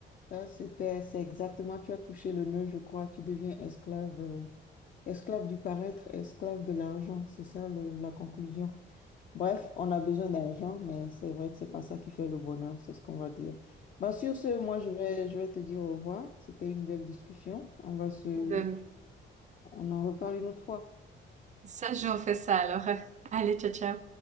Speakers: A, on the left; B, on the right.
A: Ça, c'était, c'est exactement, tu as touché le nœud, je crois, tu deviens esclave, euh, esclave du paraître, esclave de l'argent, c'est ça le- la conclusion. Bref, on a besoin d'argent, mais c'est vrai que c'est pas ça qui fait le bonheur, c'est ce qu'on va dire. Bah, sur ce, moi, je vais, je vais te dire au revoir. C'était une belle discussion. On va se,
B: Ouais.
A: on en reparle une autre fois.
B: Ça joue, on fait ça alors. Allez, ciao, ciao.